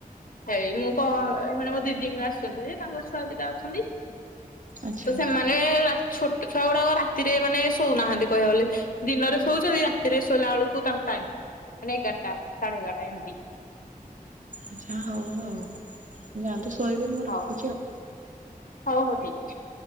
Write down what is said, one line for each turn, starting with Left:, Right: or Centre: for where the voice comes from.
Left: ହେଇ ମୁଁ କ ମାନେ ମୋ ଦିଦି ଙ୍କ ଆସୁଛନ୍ତି ଯେ ତାଙ୍କ ଛୁଆ ଦିଟା ଅଛନ୍ତି।
Right: ଆଚ୍ଛା।
Left: ତ ସେମାନେ ରା ଛୋଟ ଛୁଆ ଗୁଡାକ ରାତିରେ ମାନେ ଶୋଉନାହାନ୍ତି କହିବାକୁ ଗଲେ। ଦିନରେ ଶୋଉଛନ୍ତି ରାତିରେ ଶୋଇଲା ବେଳକୁ ତାଙ୍କୁ ଟାଇମ ମାନେ ଏଗାରଟା ସାଢେ ଏଗାରଟା ଏମତି।
Right: ଆଚ୍ଛା ହଉ ଆଉ ଯାଆନ୍ତୁ ଶୋଇବେ ମୁଁ
Left: ହଉ
Right: ରଖୁଛି ଆଉ।
Left: ହଉ ହଉ ଠିକ ଅଛି।